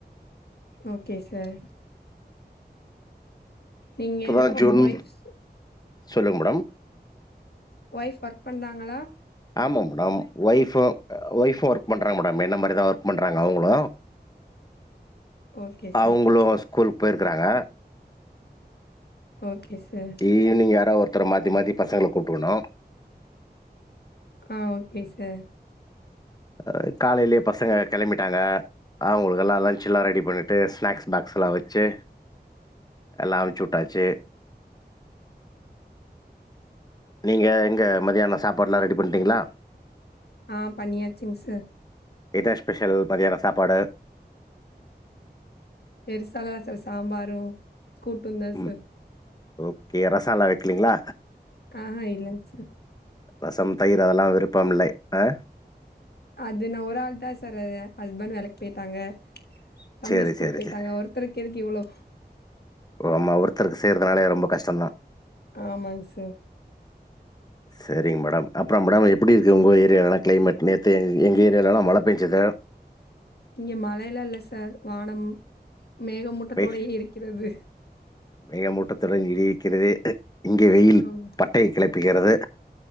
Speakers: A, on the left; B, on the left.
A: ஓகே சார் நீங்க
B: இப்பதா ஜூன்
A: ஒய்ஃப் சார்
B: சொல்லுங்க மேடம்
A: ஒய்ஃப் ஒர்க் பண்ணாங்களா
B: ஆமாம் மேடம் ஒய்ஃபு ஒய்ஃபு ஒர்க் பண்றாங்க மேடம் என்ன மாரி தா ஒர்க் பண்றாங்க அவுங்களு
A: ஓகே சார்
B: அவுங்களு
A: ஓகே சார்
B: ஸ்கூல்க் போய் இருக்காங்க
A: ஓகே சேர்
B: ஈவினிங் யாராது ஒருத்தர மாத்தி மாத்தி பசங்கள கூட்டு வுணு
A: ஆ ஓகே சேர்
B: அ காலையிலே பசங்க கெளம்பிடாங்க அவுங்களுகெல்லா லன்ச் எல்லா ரெடி பண்ணிட்டு ஸ்நாக்ஸ் பாக்ஸ் எல்லா வச்சு எல்லா வச்சு விட்டாச்சு நீங்க இங்க மதியான சாப்பாடெல்லா ரெடி பண்ட்டீங்ளா
A: ஆ பண்ணியாச்சுங் செர்
B: என்ன ஸ்பெஷல் மதியான சாப்பாடு
A: பெருசால்லா செர் சாம்பாரு கூட்டுந்தா செர்
B: ம் ஓகே ரசலா வக்கலீங்ளா
A: ஆஹா இல்லைங்க சார்
B: ரசம் தயிர் அதெல்லா விருப்பமில்லை ஆ
A: அது நா ஒரு ஆள் தா செரு ஹஸ்பண்ட் வேலைக்கு போயிட்டாங்க தம்பி
B: சேரி
A: ஸ்கூல்
B: சேரி
A: போயிட்டாங்க
B: சேரி
A: ஒரு ஒருத்தருக்கு எதுக்கு இவ்ளோ
B: ஓ ஆமா ஒருத்தருக்கு செய்றதுனாலே ரொம்ப கஷ்டோதா
A: ஆமாங் செர்
B: சேரிங்க மேடம் அப்றோ மேடம் எப்டி இருக்கு உங்க ஏரியால்லா கிளைமேட் நேத்து எங் எங்க ஏரியாலல்லா மழ பெஞ்சுது
A: இங்க மழயில இல்ல செர் வானம் மேகமூட்டத்தோடையே
B: வெய்
A: இருக்கிறது
B: மேகமூட்டத்துடன் இடி இடிக்கிறது இங்கே வெயில்
A: ஆமா
B: பட்டைய கெளப்புகிறது